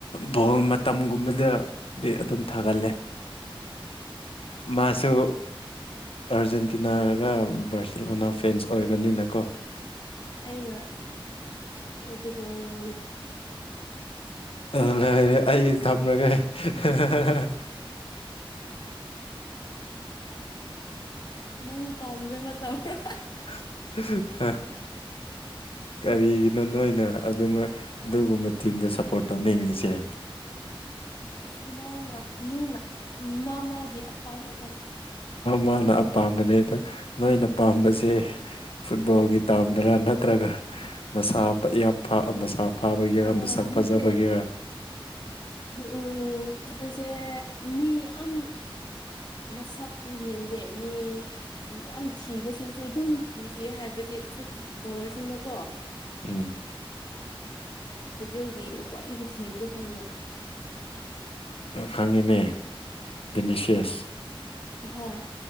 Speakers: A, on the left (about 75°); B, on the left (about 45°).
A: ꯕꯣꯜ ꯃꯇꯝꯒꯨꯝꯕꯗꯗꯤ ꯑꯗꯨꯝ ꯊꯥꯒꯜꯂꯦ ꯃꯥꯁꯨ ꯑꯥꯔꯖꯦꯟꯇꯤꯅꯥꯒ ꯕꯥꯔꯖꯤꯂꯣꯅꯥ ꯐꯦꯟꯁ ꯑꯣꯏꯕꯅꯤꯅꯀꯣ
B: ꯑꯩꯅ ꯄꯣꯔꯇꯨꯒꯜꯗ
A: ꯑꯔꯦ ꯑꯩ ꯊꯝꯃꯒꯦ ꯍ ꯍ ꯍ ꯍ
B: ꯅꯪ ꯄꯥꯝꯖꯕ ꯇꯧ꯭ꯔꯥ
A: <unintelligible> <unintelligible> ꯍ ꯀꯔꯤꯒꯤꯅꯣ ꯅꯣꯏꯅ ꯑꯗꯨꯃꯛ ꯑꯗꯨꯒꯨꯝꯕ ꯇꯤꯝꯗ ꯁꯞꯄꯣꯔꯠ ꯇꯧꯅꯤꯡꯉꯔꯤꯁꯦ <inaudible>
B: ꯑꯁ ꯃꯥꯅ ꯃꯤꯅ ꯃꯥ ꯃꯥꯒꯤ ꯑꯄꯥꯝꯕ
A: ꯃꯥꯅ ꯑꯄꯥꯝꯕꯅꯦ ꯑꯗꯣ ꯅꯣꯏꯅ ꯄꯥꯝꯕꯁꯦ ꯐꯨꯠꯕꯣꯜꯒꯤ ꯇꯥꯝꯗ꯭ꯔꯥ ꯅꯠꯇ꯭ꯔꯒ ꯃꯁꯥ ꯠ ꯌꯥꯝ ꯃꯁꯥ ꯐꯥꯕꯒꯤꯦꯔꯥ
B: ꯑꯥ
A: ꯃꯁꯥꯛ ꯐꯖꯕꯒꯤꯦꯔꯥ
B: ꯅꯠꯇꯦ ꯎꯝ ꯎꯝ ꯁꯦ ꯃꯤ ꯌꯥꯝ ꯃꯁꯛꯄꯨ ꯌꯦꯡꯗꯦ ꯃꯤ ꯌꯥꯝ ꯊꯤꯕꯁꯤꯁꯨ ꯑꯗꯨꯝ ꯅꯨꯡꯁꯤꯌꯦ ꯍꯥꯏꯕꯗꯤ ꯐꯨꯠ ꯕꯣꯂꯔꯁꯤꯡꯅꯀꯣ
A: ꯎꯝ
B: ꯕ꯭ꯔꯥꯖꯤꯜꯒꯤꯅ ꯈ꯭ꯋꯥꯏꯗꯒꯤ ꯊꯤꯕꯗ ꯈꯪꯕ꯭ꯔꯣ
A: ꯈꯪꯉꯤꯅꯦ ꯕꯤꯅꯤꯁꯤꯌꯁ
B: ꯍꯣꯏ